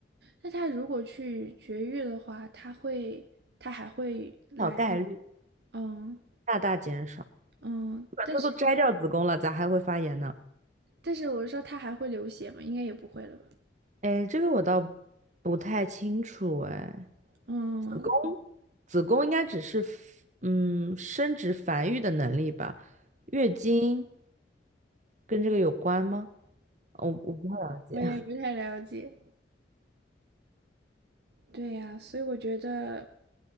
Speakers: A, on the right; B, on the right.
A: 那他如果去绝育的话，他会，他还会来那
B: 小概率
A: 嗯
B: 大大减少，
A: 嗯，
B: 把它都摘掉子宫了，
A: 但是
B: 咋还会发炎呢？
A: 但是我说他还会流血吗？应该也不会了吧？
B: 哎，这个我倒不太清楚哎，
A: 嗯，
B: 子宫子宫应该只是嗯生殖繁育的能力吧，月经跟这个有关吗？我我不太了解，
A: 我也不太了解。对呀，所以我觉得